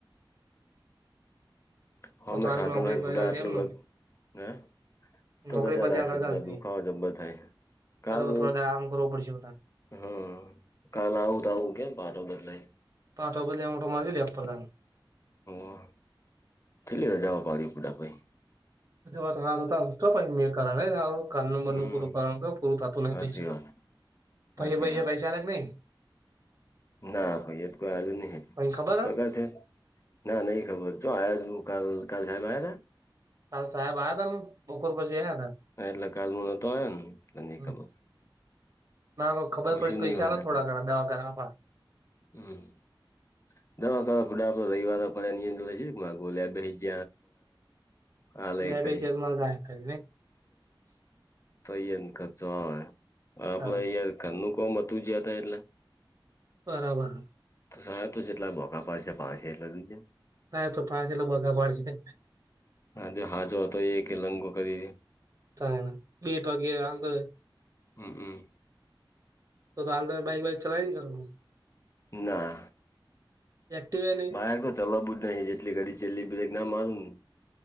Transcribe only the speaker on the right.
તો
તો હાલ
નોકરી
પર
ચાલતી
એમ ને
નોકરી
પરથી
આગળ ચાલતી
આ તો થોડો દાડો આમ કરવું પડશે બધાને
પાટોપ લ એમ પાટો મારી લેપદને.
વાત તો પાઈ મે કરું. કનું બનું
પૂરું કર પૂરું થતું ન
પૈસા તો,
પૈ
પૈસા
પૈસા આ કે નહી.
પહી ખબર
હ
કાલ સાહેબ આ હતા બપોર બજયા હતા.
હમ ના ખબર
પડી પૈસા
આલે
થોડા
ઘણા દવા કર.
લે
બે છે મંગાય ખરી ને
તાણ
બરાબર.
ના તો પાચલા બગા માડશે.
ત બે પગ હ તો.
તો હાલ તમે બાઈક વાઈક ચલાવી ન કરું.
એક્ટિવા નહી